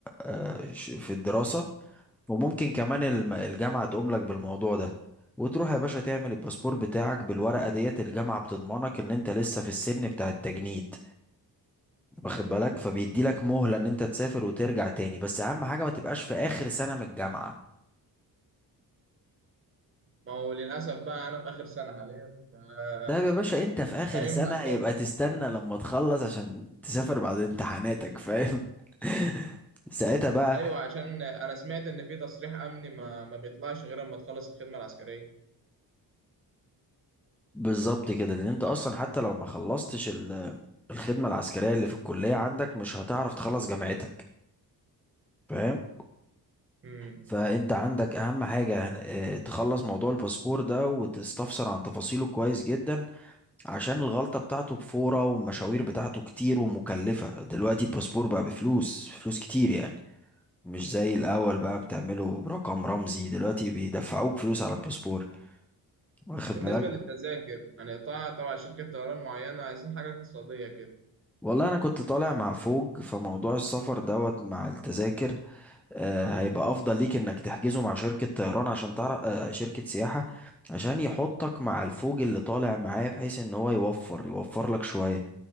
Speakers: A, in the centre; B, on the right.
A: آه، ش- في الدراسة وممكن كمان الم- الجامعة تقوم لك بالموضوع ده وتروح يا باشا تعمل الباسبور بتاعك بالورقة ديت الجامعة بتضمنك ان انت لسه في السن بتاع التجنيد واخد بالك فبيدي لك مهلة ان انت تسافر وترجع تاني بس اهم حاجة ما تبقاش في اخر سنة من الجامعة
B: ما هو للاسف بقى انا في اخر سنه حاليا فمش
A: ده يا باشا انت في اخر
B: هينفع
A: سنة
B: اسافر
A: يبقى تستنى لما تخلص عشان تسافر بعد امتحاناتك فاهم <laughs> ساعتها بقى
B: ايوه عشان انا سمعت ان في تصريح امني ما ما بيطلعش غير اما تخلص الخدمه العسكريه
A: بالظبط كده لان انت اصلا حتى لو ما خلصتش ال- الخدمة العسكرية اللي في الكلية عندك مش هتعرف تخلص جامعتك فاهم
B: امم
A: فانت عندك اهم حاجة هن- اه، تخلص موضوع الباسبور ده وتستفسر عن تفاصيله كويس جدا عشان الغلطة بتاعته بفورة والمشاوير بتاعته كتير ومكلفة دلوقتي الباسبور بقى بفلوس فلوس كتير يعني مش زي الأول بقى بتعمله برقم رمزي دلوقتي بيدفعوك فلوس على الباسبور واخد
B: وبالنسبة
A: بالك
B: للتذاكر هنقطعها طبعا شركة طيران معينة عايزين حاجة اقتصادية كده
A: والله أنا كنت طالع مع فوج فموضوع السفر دوت مع التذاكر آه هيبقى أفضل ليك إنك تحجزه مع شركة طيران عشان تعرف آه شركة سياحة عشان يحطك مع الفوج اللي طالع معاه بحيث إن هو يوفر يوفر لك شوية